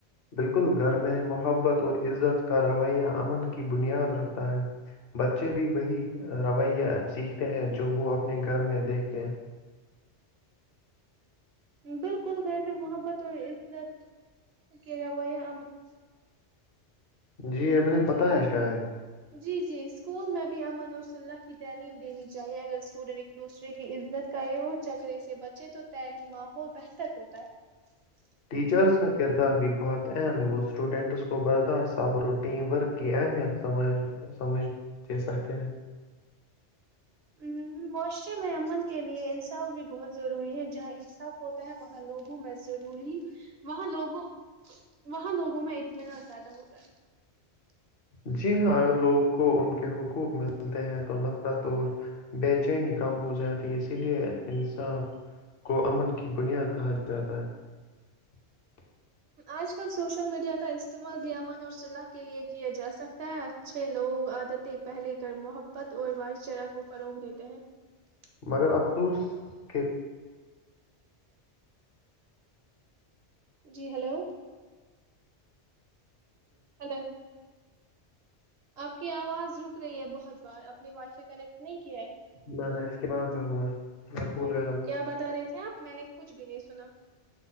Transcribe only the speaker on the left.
بالکل گھر میں محبت اور عزت کا رویہ امن کی بنیاد رکھتا ہے بچے بھی وہی رویہ سیکھتے ہیں جو وہ اپنے گھر میں دیکھتے ہیں
جی میں نے پتایا شاید <unintelligible>
ٹیچرس کا کردار بھی بہت اہم ہے وہ اسٹوڈینٹس کو برداشت صبر و ٹیم ورک کی اہمیت سمج سمجھ دے سکتے ہیں <unintelligible>
<unintelligible>
مگر افسوس کہ <unintelligible>
میں نا اس کی بات کروں
گا میں بھول
گیا